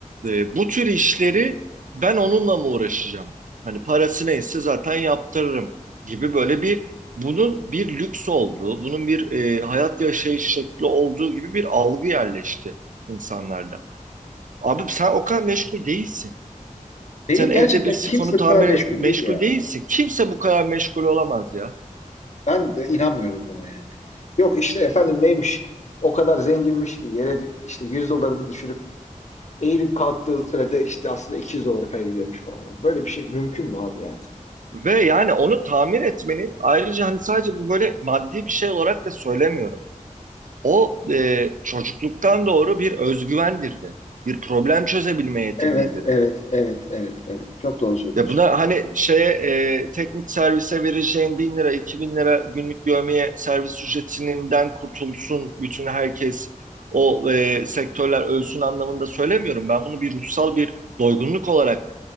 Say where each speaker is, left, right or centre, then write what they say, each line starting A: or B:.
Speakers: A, on the right (about 70°); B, on the left (about 55°).
A: E, bu tür işleri ben onunla mı uğraşacağım? Hani parası neyse zaten yaptırırım gibi böyle bir bunun bir lüks olduğu, bunun bir e, hayat yaşayış şekli olduğu gibi bir algı yerleşti insanlarda. Abi sen o kadar meşgul değilsin.
B: değil
A: Sen evde
B: gerçekten
A: bir sifonu
B: kimse
A: tamir
B: bu kadar meşgul
A: meşgul
B: değil ya.
A: değilsin. Kimse bu kadar meşgul olamaz ya.
B: Ben de inanmıyorum buna yani. Yok işte efendim neymiş o kadar zenginmiş ki yere işte 100 dolarını düşürüp eğilip kalktığı sürede işte aslında 200 dolar kaybediyormuş falan yani. Böyle bir şey mümkün mü abi yani?
A: Ve yani onu tamir etmenin ayrıca hani sadece bu böyle maddi bir şey olarak da söylemiyorum. O e, çocukluktan doğru bir özgüvendir de. Bir problem çözebilme yeteneğidir
B: Evet, evet,
A: de.
B: evet, evet, evet. Çok doğru söylüyorsun.
A: Ya buna hani şeye e, teknik servise vereceğin bin lira, iki bin lira günlük dövmeye servis ücretinden kurtulsun bütün herkes o e, sektörler ölsün anlamında söylemiyorum. Ben bunu bir ruhsal bir doygunluk olarak